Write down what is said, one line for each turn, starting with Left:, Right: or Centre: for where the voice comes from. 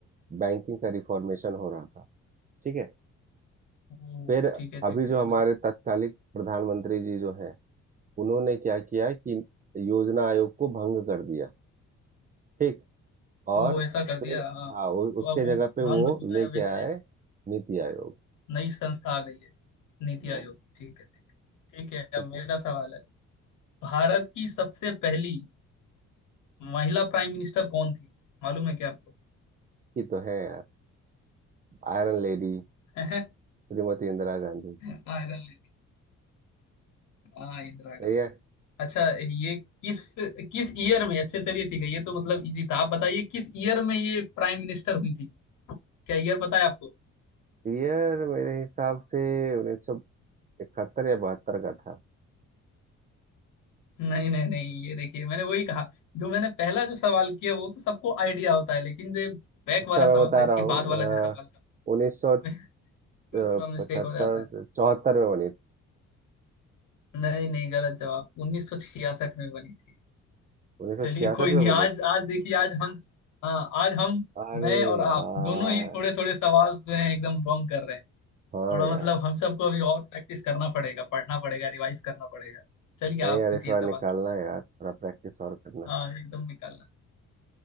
Right: बैंकिंग का रिफॉर्मेशन हो रहा था ठीक है
Left: ओ
Right: फिर
Left: ठीक है
Right: अभी
Left: ठीक है
Right: जो
Left: समझ
Right: हमारे
Left: में
Right: तत्कालिक प्रधानमंत्री जी जो है उन्होंने क्या किया कि योजना आयोग को भंग कर दिया ठीक
Left: ओ
Right: और
Left: ऐसा कर दिया
Right: फिर
Left: हाँ
Right: हाँ
Left: तो
Right: उ, उसके
Left: अब वो
Right: जगह पे
Left: भंग
Right: वो
Left: हो चुका
Right: लेके
Left: है अब एक
Right: आए
Left: नया
Right: नीति आयोग
Left: नई संस्था आ गई है नीति
Right: हम्म।
Left: आयोग ठीक है ठीक है ठीक है
Right: ठीक
Left: अब मेरा
Right: है
Left: सवाल है भारत की सबसे पहली महिला प्राइम मिनिस्टर कौन थी मालूम है क्या आपको
Right: ये तो है यार। Iron lady
Left: <laughs>
Right: Shrimati Indira Gandhi
Left: हाँ इधर ले- हाँ इंदिरा गांधी
Right: ये
Left: अच्छा ये किस किस ईयर में अच्छा चलिए ठीक है ये तो मतलब इजी था आप बताइए किस ईयर में ये प्राइम मिनिस्टर हुई थी क्या ईयर पता है आपको
Right: ईयर मेरे हिसाब से 1971 या 72 का था
Left: नहीं नहीं नहीं ये देखिए मैंने वही कहा जो मैंने पहला जो सवाल किया वो तो सबको आइडिया होता है लेकिन जो बैक
Right: अच्छा
Left: वाला सवाल
Right: मैं बता
Left: था इसके
Right: रहा हूँ
Left: बाद वाला जो सवाल था
Right: उन्नीस सौ
Left: <laughs> बिल्कुल
Right: पचहत्तर
Left: मिस्टेक हो जाता है
Right: चौहत्तर में बनी थी
Left: नहीं नहीं गलत जवाब 1966 में बनी थी
Right: उन्नीस सौ
Left: चलिए
Right: छियासठ
Left: कोई नहीं
Right: में
Left: आज
Right: बनी थी
Left: आज देखिए आज हम हाँ आज हम
Right: अरे
Left: मैं और आप
Right: यार
Left: दोनों ही थोड़े थोड़े सवाल जो हैं एकदम रॉन्ग कर रहे हैं
Right: हाँ
Left: थोड़ा
Right: यार
Left: मतलब हम सबको अभी और प्रैक्टिस करना पड़ेगा पढ़ना पड़ेगा रिवाइज करना पड़ेगा चलिए
Right: नहीं
Left: आप
Right: यार
Left: पूछिए
Right: इस बार
Left: सवाल
Right: निकालना है यार थोड़ा प्रैक्टिस और करना है
Left: हाँ एकदम निकालना